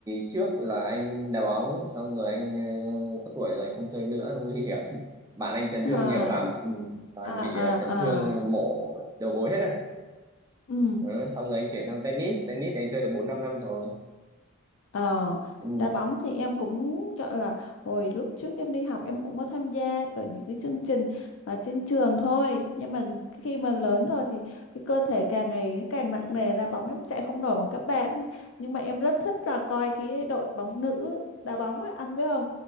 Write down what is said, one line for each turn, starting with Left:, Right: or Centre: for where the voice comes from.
Right: trước là anh đá bóng xong rồi anh ờ, có tuổi rồi anh không chơi nữa nó nguy hiểm <laughs> bạn anh chấn
Left: À
Right: thương nhiều lắm ừ, toàn
Left: à
Right: bị
Left: à
Right: ờ, chấn thương
Left: à
Right: mổ đầu gối hết rồi.
Left: Ừ,
Right: Đó, xong rồi anh chuyển sang tennis tennis thì anh chơi được bốn năm năm rồi
Left: Ờ,
Right: ừ.
Left: đá bóng thì em cũng gọi là hồi lúc trước em đi học em cũng có tham gia vào những cái chương trình ở trên trường thôi nhưng mà khi mà lớn rồi thì cái cơ thể càng ngày càng nặng nề đá bóng em chạy không nổi bằng các bạn nhưng mà em rất thích là coi cái đội bóng nữ đá bóng ấy, anh biết không